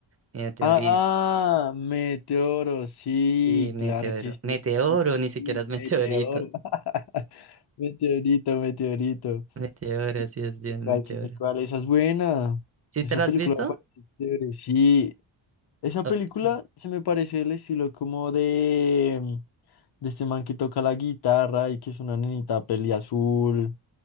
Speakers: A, on the right; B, on the left.
A: meteorito,
B: Ah, Meteoro, sí,
A: sí, meteoro,
B: claro que sí.
A: meteoro,
B: sí, sí, sí,
A: ni siquiera
B: sí,
A: es meteorito,
B: Meteoro. <laughs> Meteorito, meteorito.
A: <laughs> meteoro, sí
B: Sí
A: es bien
B: ¿Cuál,
A: meteoro.
B: sí sé cuál? Esa es buena.
A: ¿Sí
B: Esa
A: te la
B: película
A: has visto?
B: me parece chévere, sí. Esa
A: Ok.
B: película se me parece el estilo como de... de este man que toca la guitarra y que es una nenita peli azul,